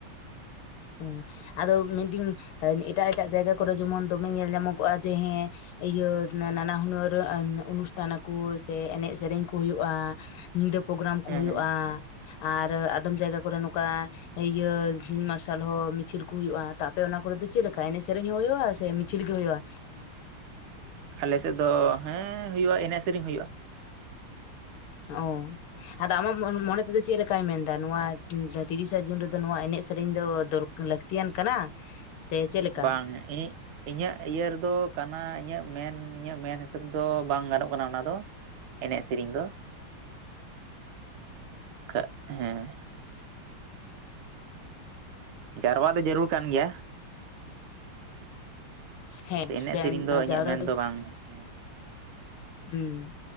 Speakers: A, on the left (about 75°); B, on the right (about 75°).
A: ᱚ ᱟᱫᱚ ᱢᱮᱱᱫᱟᱹᱧ ᱮᱴᱟᱜ ᱮᱴᱟᱜ ᱡᱟᱭᱜᱟ ᱠᱚᱨᱮ ᱡᱮᱢᱚᱱ ᱫᱚᱢᱮ ᱧᱮᱞ ᱧᱟᱢᱚᱜᱚᱜᱼᱟ ᱡᱮ ᱦᱮᱸ ᱤᱭᱟᱹ ᱱᱟᱱᱟ ᱦᱩᱱᱟᱹᱨ ᱚᱱᱩᱥᱴᱷᱟᱱ ᱟᱠᱚ ᱥᱮ ᱮᱱᱮᱡ ᱥᱮᱨᱮᱧ ᱠᱚ ᱦᱩᱭᱩᱜᱼᱟ᱾ ᱧᱤᱫᱟᱹ ᱯᱨᱳᱜᱨᱟᱢ ᱠᱚ
B: ᱦᱮᱸ
A: ᱦᱩᱭᱩᱜᱼᱟ
B: ᱦᱮᱸ
A: ᱟᱨ ᱟᱫᱚᱢ ᱡᱟᱭᱜᱟ ᱠᱚᱨᱮ ᱱᱚᱝᱠᱟ ᱤᱭᱟᱹ ᱥᱤᱧ ᱢᱟᱨᱥᱟ ᱥᱟᱞ ᱦᱚᱸ ᱢᱤᱪᱷᱤᱞ ᱠᱚ ᱦᱩᱭᱩᱜᱼᱟ, ᱛᱟ ᱛᱟᱯᱮ ᱚᱱᱟ ᱠᱚᱨᱮ ᱫᱚ ᱪᱮᱫ ᱞᱮᱠᱟ ᱮᱱᱮᱡ ᱥᱮᱨᱮᱧ ᱦᱚᱸ ᱦᱩᱭᱩᱜᱼᱟ ᱥᱮ ᱢᱤᱪᱤᱞ ᱜᱮ ᱦᱩᱭᱩᱜᱼᱟ?
B: ᱟᱞᱮ ᱥᱮᱫ ᱫᱚ ᱦᱮᱸ ᱦᱩᱭᱩᱜᱼᱟ ᱮᱱᱮᱡ ᱥᱮᱨᱮᱧ ᱦᱩᱭᱩᱜᱼᱟ᱾
A: ᱚ᱾ ᱟᱫᱚ ᱟᱢᱟᱜ ᱢᱚᱱᱮ ᱛᱮᱫᱚ ᱪᱮᱫ ᱞᱮᱠᱟᱭ ᱢᱮᱱᱫᱟ ᱱᱚᱣᱟ ᱛᱤᱨᱤᱥᱟ ᱡᱩᱱ ᱨᱮᱫᱚ ᱱᱚᱣᱟ ᱮᱱᱮᱡ ᱥᱮᱨᱮᱧ ᱫᱚ ᱫᱚᱨ ᱞᱟᱹᱠᱛᱤ ᱛᱤᱭᱟᱱ ᱠᱟᱱᱟ᱾ ᱥᱮ ᱪᱮᱫ ᱞᱮᱠᱟ
B: ᱵᱟᱝ ᱤᱜ ᱤᱧᱟᱹᱜ ᱤᱭᱟᱹ ᱨᱮᱫᱚ ᱠᱟᱱᱟ ᱤᱧᱟᱹᱜ ᱢᱮᱱ ᱤᱧᱟᱹᱜ ᱢᱮᱱ ᱦᱤᱥᱟᱹᱵ ᱫᱚ ᱵᱟᱝ ᱜᱟᱱᱚᱜ ᱠᱟᱱᱟ ᱚᱱᱟ ᱫᱚ᱾ ᱮᱱᱮᱡ ᱥᱤᱨᱤᱧ ᱫᱚ᱾
A: <inaudible>
B: ᱠᱟᱜ ᱦᱮᱸ ᱾ ᱡᱟᱨᱣᱟᱜ ᱫᱚ ᱡᱟᱹᱨᱩᱨ ᱠᱟᱱ ᱜᱮᱭᱟ᱾
A: ᱦᱮᱸ
B: ᱛᱮ ᱮᱱᱮᱜ
A: ᱡᱟ-
B: ᱥᱤᱨᱤᱧ ᱫᱚ ᱤᱧᱟᱹᱜ
A: ᱡᱟᱣᱨᱟ
B: ᱢᱮᱱ ᱫᱚ ᱵᱟᱝ ᱦᱩ
A: ᱦᱩᱸ᱾